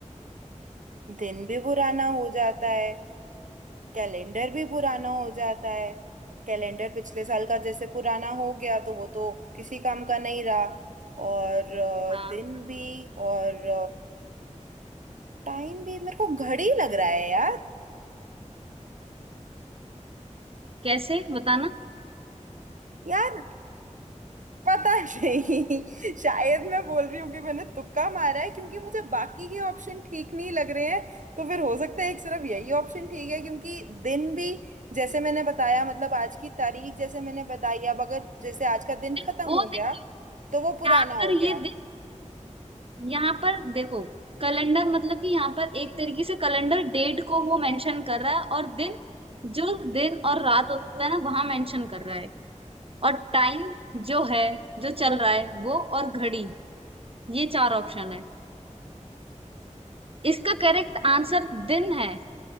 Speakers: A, on the right; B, on the right.
A: दिन भी पुराना हो जाता है कैलेंडर भी पुराना हो जाता है कैलेंडर पिछले साल का जैसे पुराना हो गया तो वो तो किसी काम का नहीं रहा और अ,
B: हाँ
A: दिन भी और टाइम भी मेरे को घड़ी लग रहा है यार
B: कैसे बताना
A: यार पता नहीं <laughs> शायद मैं बोल रही हूँ कि मैंने तुक्का मारा है क्योंकि मुझे बाकी के ऑप्शन ठीक नहीं लग रहे हैं तो फिर हो सकता है एक सिर्फ यही ऑप्शन ठीक है क्योंकि दिन भी जैसे मैंने बताया मतलब आज की तारीख जैसे मैंने बताई अब अगर जैसे आज का दिन
B: दिन
A: खत्म
B: वो
A: हो
B: दिन
A: गया
B: नहीं।
A: तो वो पुराना
B: यहाँ
A: हो
B: पर
A: गया
B: ये दिन यहाँ पर देखो कैलेंडर मतलब कि यहाँ पर एक तरीके से कैलेंडर डेट को वो मेंशन कर रहा है और दिन जो दिन और रात होता है ना वहां मेंशन कर रहा है और टाइम जो है जो चल रहा है वो और घड़ी ये चार ऑप्शन है इसका करेक्ट आंसर दिन है